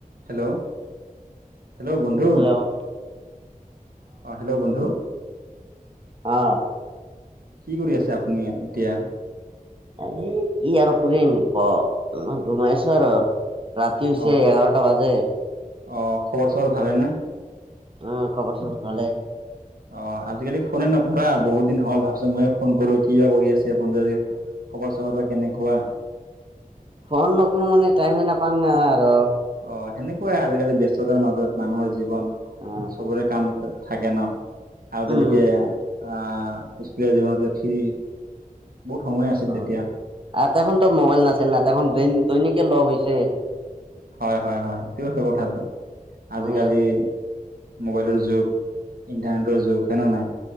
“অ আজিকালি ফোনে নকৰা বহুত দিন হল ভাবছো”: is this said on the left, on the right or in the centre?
Right